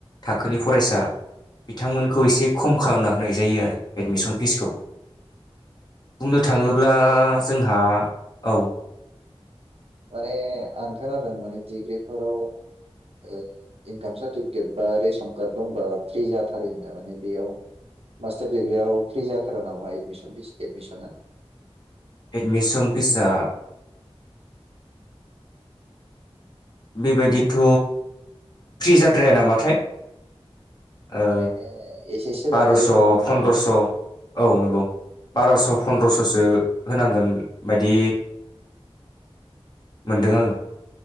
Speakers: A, on the left (about 40°); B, on the right (about 70°).
A: थाखोनि फरायसा बिथांमोनखौ एसे खम खालामना होनाय जायो आरो एडमिसन फिसखौ बुंनो थाङोब्ला
B: माने
A: जोंहा औ
B: माने आं खोनादों माने डिग्रिफोराव ओ इनकाम सार्टिफिकेट बा रेसन कार्ड दंबा फ्रि जाथारो होनना माने बेयाव मास्टार डिग्रियाव फ्रि जाथारा नामा एमिसन फिस एदमिसना?
A: एडमिसन फिसा बेबायदिथ' फ्रि जाद्राया नामाथाय ओ
B: ओरैनो एसेसो
A: बार'स'
B: लादेरो नामा होमबा
A: फनन्द्रस' औ नंगौ बार'स' फन्द्रस'सो
B: औ
A: होनांगोन बायदि मोनदों आङो